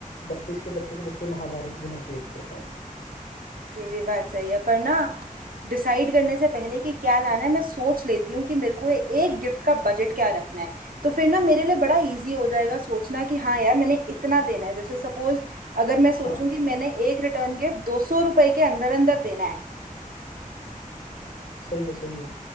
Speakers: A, on the left (about 90°); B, on the right (about 80°).
A: बत्तीस के बत्तीस बच्चे महाभारत भी ना क्रिएट कर पाए
B: ये भी बात सही है पर ना डिसाइड करने से पहले कि क्या लाना है मैं सोच लेती हूँ कि मेरे को एक गिफ्ट का बजट क्या रखना है तो फिर ना मेरे लिए बड़ा इजी हो जाएगा सोचना कि हाँ यार मैंने इतना देना है जैसे सपोज अगर मैं सोचूं
A: हाँ
B: कि मैंने एक रिटर्न गिफ्ट दो सौ रुपए के अंदर अंदर देना है
A: सही है सही है